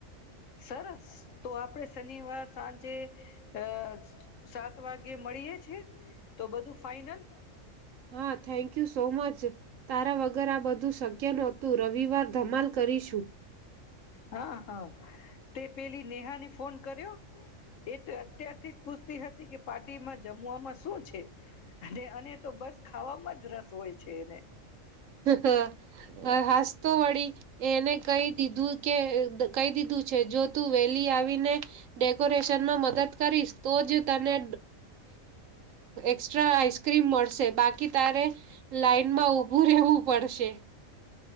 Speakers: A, on the left (about 70°); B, on the right (about 75°).
A: સરસ તો આપડે શનિવાર સાંજે અ સાત વાગ્યે મળીએે છે તો બધું ફાઈનલ
B: હા થેન્ક યુ સો મચ તારા વગર આ બધું શક્ય નહોતું રવિવાર ધમાલ કરીશું.
A: હા હા. તે પેલી નેહાની ફોન કર્યો એ તો અત્યારથી જ પુછતી હતી કે પાર્ટીમાં જમવામાં શું છે અને અને તો બસ ખાવામાં જ રસ હોય છે એને
B: હ હાસતો વળી એને કઈ દીધું કે કહી દીધું છે જો તું વેલી આવીને ડેકોરેશનમાં મદદ કરીશ તો જ તને એક્સ્ટ્રા આઇસક્રીમ મળશે બાકી તારે હ. લાઈન માં ઉભું જવું પડશે